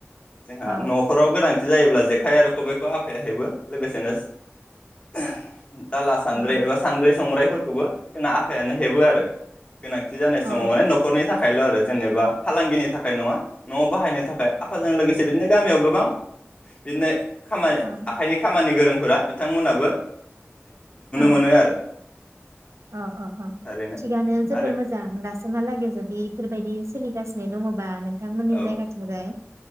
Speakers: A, on the left; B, on the right.
A: जोंहा
B: औ
A: न'खराव गोनांथि जायोब्ला जेखाइ आरो खबाइखौ आफाया हेबो लोगोसेनो <inaudible> दाला सानद्रै
B: औ
A: एबा सानद्रि संरायफोर खौबो जोंना आफायानो हेबो आरो गोनांथि जानाय समाव
B: औ
A: माने न'खरनि थाखाय थाखायल' आरो जेनेबा फालांगिनि थाखाय नङा न'आव बाहायनो नि थाखाय आफाजों लोगोसे बिदिनो गामियाव गोबां बिदिनो खामानि
B: औ
A: आखाइनि खामानि गोरों फोर बिथांमोनाबो
B: औ
A: मोनो आरो
B: औ औ औ
A: थारैनो
B: थिगानो जोबोर
A: आरो
B: मोजां दासिममहालागै जदि बेफोरबायदि सोलिगासिनो ओरैनो दङबा नों नोंथांमोननि
A: औ
B: जायगाथिंजाय